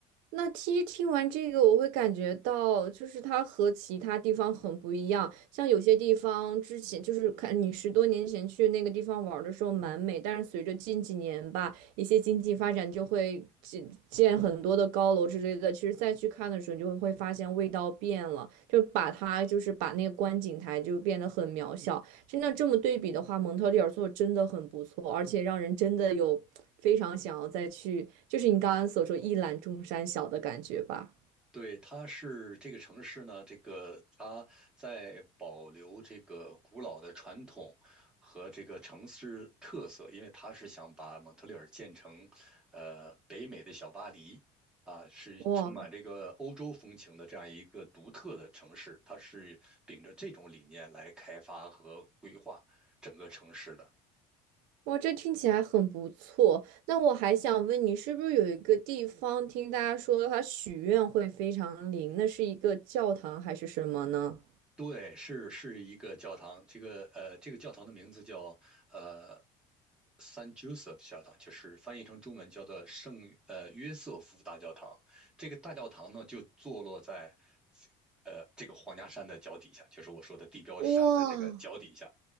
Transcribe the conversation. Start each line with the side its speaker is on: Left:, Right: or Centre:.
Right: 那其实听完这个，我会感觉到，就是它和其他地方很不一样。像有些地方之前就是看你十多年前去那个地方玩儿的时候蛮美，但是随着近几年吧，一些经济发展就会建建很多的高楼之类的。其实再去看的时候，你就会发现味道变了，就把它就是把那个观景台就变得很渺小。真的这么对比的话，蒙特利尔做得真的很不错，而且让人真的有非常想要再去，就是你刚刚所说“一览众山小”的感觉吧。
Centre: 对，它是这个城市呢，这个它在保留这个古老的传统和这个城市特色，因为它是想把蒙特利尔建成，呃，北美的小巴黎啊，是充满这个欧洲风情的这样一个独特的城市，
Right: 哇
Centre: 它是秉着这种理念来开发和规划整个城市的。
Right: 哇，这听起来很不错。那我还想问你，是不是有一个地方听大家说它许愿会非常灵？那是一个教堂还是什么呢？
Centre: 对，是是一个教堂，这个呃，这个教堂的名字叫呃 San Joseph 教堂，就是翻译成中文叫做圣呃约瑟夫大教堂。这个大教堂呢，就坐落在呃这个皇家山的脚底下，就是我说的地标山的这个脚底下。
Right: 哇，